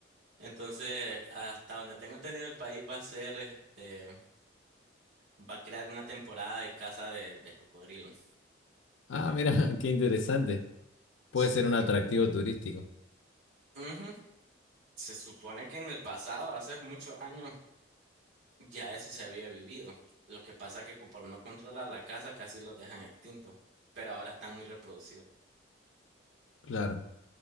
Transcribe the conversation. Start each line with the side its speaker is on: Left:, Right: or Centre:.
Right: Entonces, hasta donde tengo entendido, el país va a ser, este, va a crear una temporada de caza de, de cocodrilos.
Left: Ah, mira, <laughs> qué interesante. Puede
Right: Sí.
Left: ser un atractivo turístico,
Right: Ujú. Se supone que en el pasado, hace muchos años, ya eso se había vivido. Lo que pasa es que como no controla la caza, casi los dejan extintos. Pero ahora están muy reproducidos.
Left: claro.